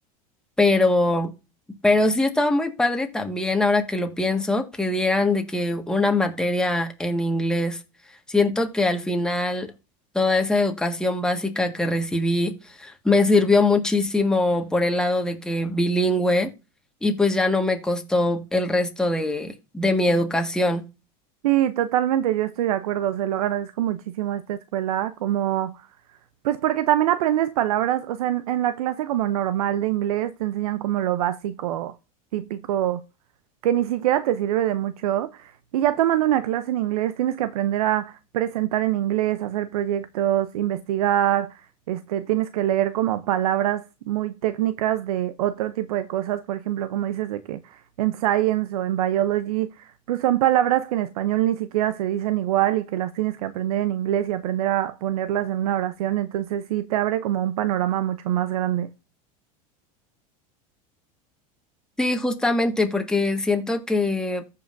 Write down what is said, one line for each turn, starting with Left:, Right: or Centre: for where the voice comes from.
Centre: Pero, pero sí estaba muy padre también, ahora que lo pienso, que dieran de que una materia en inglés. Siento que al final toda esa educación básica que recibí me sirvió muchísimo por el lado de que bilingüe y pues ya no me costó el resto de, de mi educación.
Right: sí, totalmente, yo estoy de acuerdo, se lo agradezco muchísimo a esta escuela, como, pues porque también aprendes palabras, o sea, en, en la clase como normal de inglés te enseñan como lo básico, típico, que ni siquiera te sirve de mucho, y ya tomando una clase en inglés tienes que aprender a presentar en inglés, hacer proyectos, investigar, este, tienes que leer como palabras muy técnicas de otro tipo de cosas, por ejemplo, como dices de que en science o en biology Pues son palabras que en español ni siquiera se dicen igual y que las tienes que aprender en inglés y aprender a ponerlas en una oración, entonces sí te abre como un panorama mucho más grande.
Centre: Sí, justamente porque siento que,